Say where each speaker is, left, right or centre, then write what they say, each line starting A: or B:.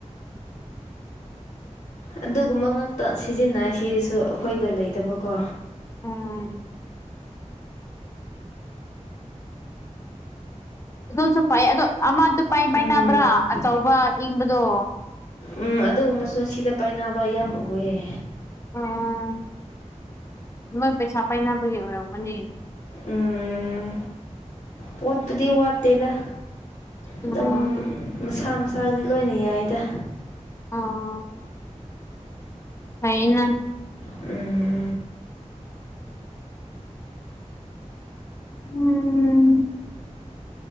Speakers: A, on the left; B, on the left.
A: ꯑꯗꯨꯒꯨꯝꯕ ꯉꯥꯛꯇ ꯁꯤꯖꯤꯟꯅꯩ ꯁꯤꯁꯨ ꯑꯩꯈꯣꯏꯗ ꯂꯩꯗꯕꯀꯣ
B: ꯎꯝ ꯑꯗꯨꯁꯨ ꯐꯥꯏ ꯑꯗꯣ ꯑꯃꯗꯨ ꯄꯥꯏ ꯄꯥꯏꯅꯕ꯭ꯔꯥ
A: ꯎꯝ
B: ꯑꯆꯧꯕ ꯏꯪꯕꯗꯣ
A: ꯎꯝ ꯑꯗꯨꯒꯨꯝꯕꯁꯨ ꯁꯤꯗ ꯄꯥꯏꯅꯕ ꯌꯥꯝ ꯎꯑꯌꯦ
B: ꯑꯣ ꯃꯣꯏ ꯄꯩꯁꯥ ꯄꯥꯏꯅꯕꯒꯤ ꯑꯣꯏꯔꯛꯄꯅꯤ
A: ꯎꯝ ꯄꯣꯠꯄꯨꯗꯤ ꯋꯥꯠꯇꯦꯗꯥ
B: ꯑꯣ
A: ꯑꯗꯨꯝ ꯃꯁꯥ ꯃꯁꯥꯒꯤꯗꯤ ꯂꯣꯏꯅ ꯌꯥꯏꯗ
B: ꯑ ꯑꯩꯅꯥ
A: ꯎꯝ
B: ꯎꯝ